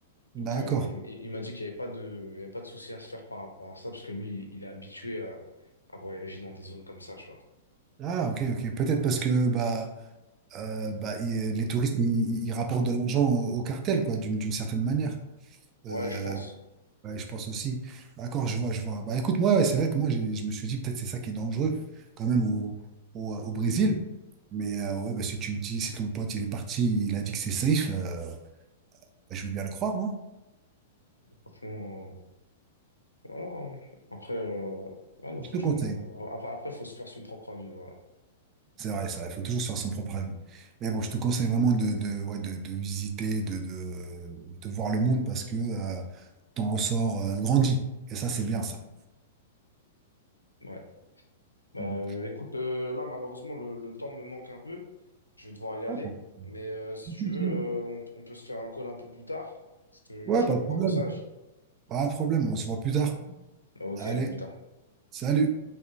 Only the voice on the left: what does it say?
Donc, euh, il, il m'a dit qu'il n'y avait pas de, il y avait pas de souci à se faire par rapport à ça, parce que lui, il est habitué à, à voyager dans des zones comme ça, tu vois.
Ouais, je pense.
Franchement, euh, voilà. hein. Après, euh, ouais, non,
franchement,
euh, après, après, faut se faire son propre avis, voilà.
Ouais. Bah,
euh, écoute, euh, là, malheureusement, le, le temps me manque un peu. Je vais devoir y aller.
Mais euh, si
tu veux,
euh, on, on peut se faire un call un peu plus tard. Je te-
je
t'envoie
un message.
Ok,
à plus tard.